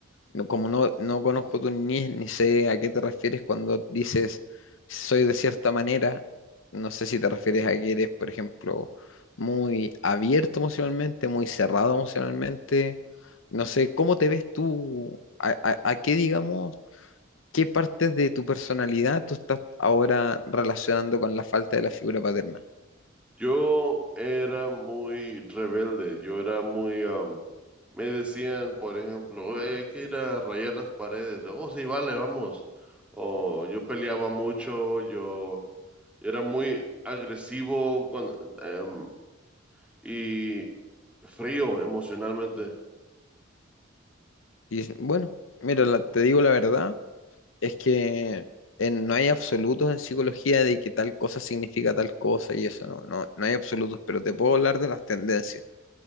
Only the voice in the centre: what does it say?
Yo era muy rebelde, yo era muy... am, me decían, por ejemplo, "Oye, hay que ir a rayar las paredes. Oh, sí, vale, vamos. O yo peleaba mucho, yo, yo era muy agresivo cuan- em, y frío emocionalmente.